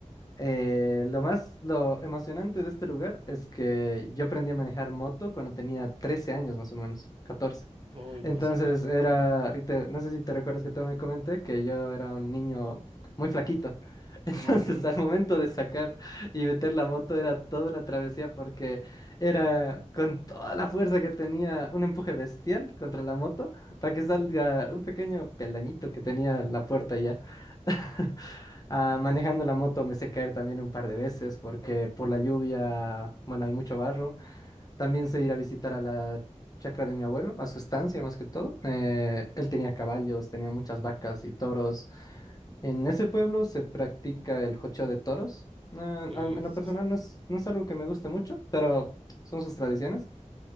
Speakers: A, on the left (about 30°); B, on the right (about 45°).
A: Eh, lo más, lo emocionante de este lugar es que yo aprendí a manejar moto cuando tenía 13 años más o menos, catorce
B: Uy,
A: entonces
B: no, salvaje.
A: era, te- no sé si te recuerdas que te me comenté que yo era un niño muy flaquito. <laughs> Entonces
B: Ujú.
A: al momento de sacar y meter la moto era toda una travesía porque era con toda la fuerza que tenía un empuje bestial contra la moto para que salga un pequeño peldañito que tenía la puerta y ya. <laughs> Ah, manejando la moto me sé caer también un par de veces porque por la lluvia, bueno, hay mucho barro también sé ir a visitar a la chacra de mi abuelo, a su estancia más que todo. Eh, él tenía caballos, tenía muchas vacas y toros. En ese pueblo se practica el jocheo de toros. No, a-
B: ¿Qué
A: en
B: es
A: lo personal
B: eso?
A: no es, no es algo que me guste mucho, pero son sus tradiciones.